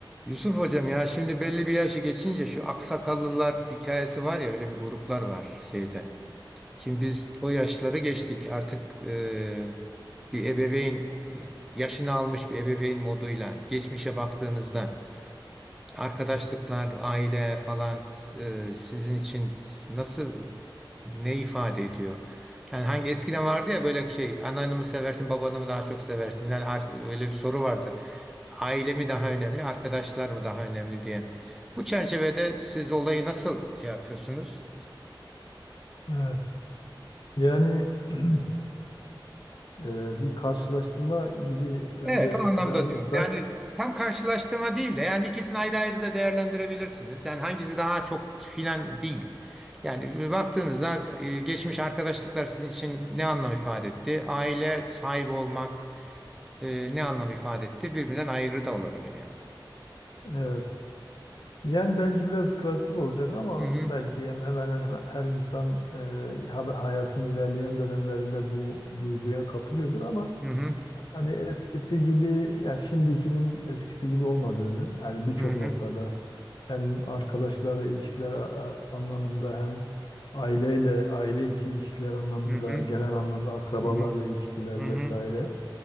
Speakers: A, in the centre; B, on the left (about 60°).
A: Yusuf hocam ya şimdi belli bir yaşı geçince şu aksakallılar hikayesi var ya öyle bir gruplar var şeyde. Şimdi biz o yaşları geçtik artık e, bir ebeveyn yaşını almış bir ebeveyn moduyla geçmişe baktığınızda Arkadaşlıklar, aile falan e, sizin için nasıl ne ifade ediyor? Yani hangi eskiden vardı ya böyle şey anneannemi mi seversin babanı mı daha çok seversin? Yani ar- öyle bir soru vardır. Aile mi daha önemli, arkadaşlar mı daha önemli diye. Bu çerçevede siz olayı nasıl şey yapıyorsunuz?
B: Evet. Yani <clears throat> e, bir karşılaştırma gibi önce
A: Evet, o anlamda
B: ele alırsak,
A: diyorum. Yani tam karşılaştırma değil de yani ikisini ayrı ayrı da değerlendirebilirsiniz. Yani hangisi daha çok filan değil. Yani e, baktığınızda e, geçmiş arkadaşlıklar sizin için ne anlam ifade etti? Aile sahibi olmak e, ne anlam ifade etti? Birbirinden ayrı da olabilir yani.
B: evet. Yani belki biraz klasik olacak ama
A: Hı hı
B: belki hem- hemen hemen her insan e, ha- hayatın ilerleyen dönemlerinde bu duyguya kapılıyordur ama
A: hı hı
B: Hani eskisi gibi yani şimdikinin eskisi gibi olmadığını yani birçok
A: hı
B: noktada hem arkadaşlarla ilişkiler a- a- anlamında hem aileyle aile içi ilişkiler anlamında
A: hı
B: genel anlamda akrabalarla
A: hı
B: ilişkiler
A: hı hı
B: vesaire